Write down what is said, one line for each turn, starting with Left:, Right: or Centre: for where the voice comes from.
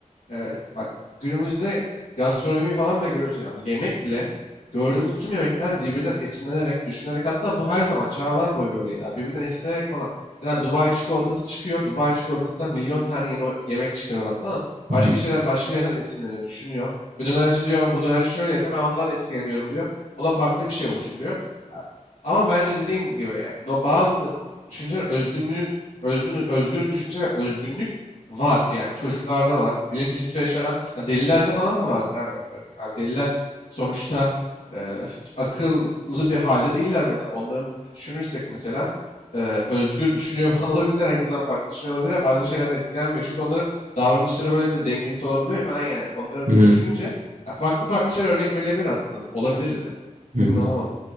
Left: Eee, bak günümüzde gastronomi falan bile görüyorsun. Yani yemek bile gördüğümüz tüm yemekler birbirinden esinlenerek, düşünerek hatta bu her zaman çağlar boyu böyleydi. abi. Birbirinden esinlenerek falan. Mesela Dubai çikolatası çıkıyor. Dubai çikolatasından milyon tane yeni o- yemek çıkarıyorlar falan. Başka
Right: hı
Left: şeyler başka yerden esinleniyor, düşünüyor. Ve dönerci diyor bu dönerci şöyle yapıyor ben ondan etkileniyorum diyor. O da farklı bir şey oluşturuyor. Ya, Ama bence dediğim gibi yani no, bazı düşünceler özgünlük, özgün, özgür düşünce ve özgünlük Var yani çocuklarda var. Bilinç dışı süreçlerden ha, delilerde falan da vardır abi bence. Abi deliler sonuçta e, akıllı bir halde değiller mesela. Onların da düşünürsek mesela e, özgür düşünüyor <laughs> falan olabilirler. Herkesten farklı düşünüyor olabilirler. Bazı şeylerden etkilenmiyor. Çünkü onların davranışları böyle de dengesiz olabiliyor falan yani. Onları
Right: hı
Left: düşününce ya farklı farklı şeyler örnek verilebilir aslında. Olabilir de.
Right: hı
Left: Emin
Right: hı.
Left: olamadım.